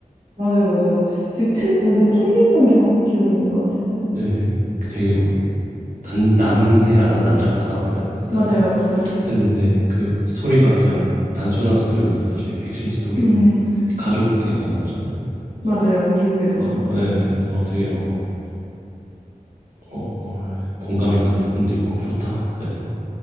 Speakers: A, on the right; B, on the right.
A: 맞아요, 맞아요. 되게 특, 아, 뭔가 특이했던 겨, 기억이 있는 것 같은데.
B: 네 되게 호- 난, 난해하다 난잡하다고 해야 되나
A: 맞아요, 맞아요.
B: 그랬는데 그 스토리가 그냥 단순한 스토리여서 사실 그 핵심 스토리가
A: 음,
B: 가족에 관한 거잖아요
A: 맞아요. 미국에서.
B: 그래서 어,
A: 음,
B: 네 그래서 어, 되게 어, 어, 어, 공감이 가는 부분도 있고 좋다 해서